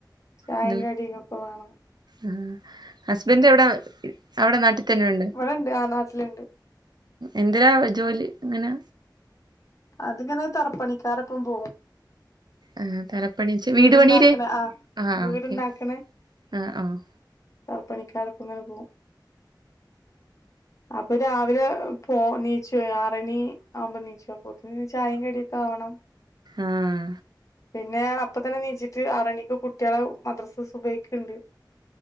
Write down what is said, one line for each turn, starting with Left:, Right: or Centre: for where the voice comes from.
Left: ചായിം
Right: ഇങ്ങള്
Left: കടിയും ഒക്കെ വേണം
Right: ആഹ് ഹസ്ബൻ്റ് എവിടെ അവിടെ നാട്ടിൽ തന്നെ ഉണ്ട്
Left: ഇവിടെണ്ട് ആ നാട്ടിലുണ്ട്
Right: എന്തിനാ ജോലി എങ്ങനാ
Left: അതിങ്ങനെ തറപ്പണിക്കാരൊപ്പം പോകും
Right: ആഹ് തറപ്പണിച്ച് വീട്
Left: വീടുണ്ടാക്കണ
Right: പണിടെ
Left: ആ
Right: ആഹ്
Left: വീടുണ്ടാക്കണ
Right: ഓക്കെ ആഹ് ആഹ്
Left: തറപ്പണിക്കാരൊപ്പങ്ങനെ പോവും അപ്പം രാവിലെ പോ നീച്ചൊയ് ആറണി ആവുമ്പോ നീച്ചും ഉം ചായീം കട്യോക്കാവണം
Right: ആഹ്
Left: പിന്നെ അപ്പതന്നെ നീച്ച്ട്ട് ആറണിക്ക് കുട്ട്യാളെ മദ്റസ് സുബൈക്ക്ണ്ട്